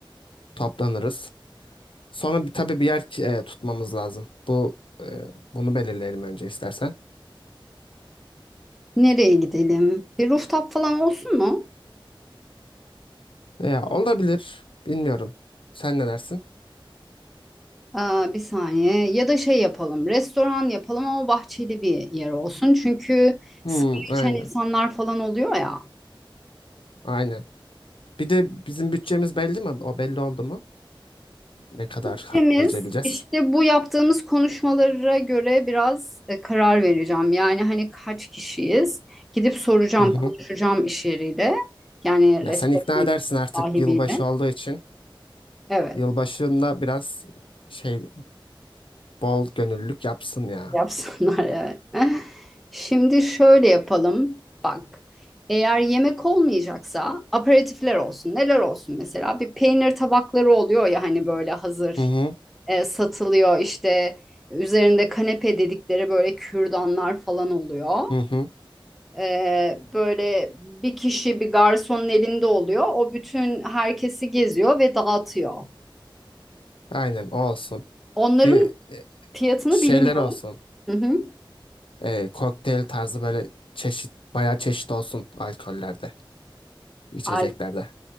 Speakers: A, on the left (about 70°); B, in the centre.
A: toplanırız. Sonra bir, tabii bir yer e, tutmamız lazım. Bu e, bunu belirleyelim önce istersen.
B: Nereye gidelim? Bir rooftop falan olsun mu?
A: Veya olabilir. Bilmiyorum. Sen ne dersin?
B: Aa, bir saniye ya da şey yapalım restoran yapalım ama bahçeli bir yer olsun çünkü
A: Hmm,
B: sigara
A: aynen.
B: içen insanlar falan oluyor ya.
A: Aynen. Bir de bizim bütçemiz belli mi? O belli oldu mu? Ne kadar
B: İkimiz
A: har- harcayabileceğiz?
B: işte bu yaptığımız konuşmalara göre biraz e, karar vereceğim. Yani hani kaç kişiyiz? Gidip soracağım,
A: Hı hı.
B: konuşacağım iş yeriyle. Yani
A: Ya
B: restoran
A: sen ikna edersin artık
B: sahibiyle.
A: yılbaşı olduğu için.
B: Evet,
A: Yılbaşında biraz şey bol gönüllülük yapsın ya.
B: yapsınlar <laughs> evet. Şimdi şöyle yapalım. Bak, eğer yemek olmayacaksa aperatifler olsun. Neler olsun mesela? Bir peynir tabakları oluyor ya hani böyle hazır
A: Hı hı.
B: e, satılıyor İşte Üzerinde kanepe dedikleri böyle kürdanlar falan oluyor.
A: Hı hı.
B: Ee, böyle bir kişi bir garsonun elinde oluyor. O bütün herkesi geziyor ve dağıtıyor.
A: Aynen o olsun.
B: Onların
A: Bir e,
B: fiyatını
A: şeyler
B: bilmiyorum.
A: olsun.
B: Hı hı.
A: e, kokteyl tarzı böyle çeşit bayağı çeşit olsun alkollerde, içeceklerde.
B: Ay,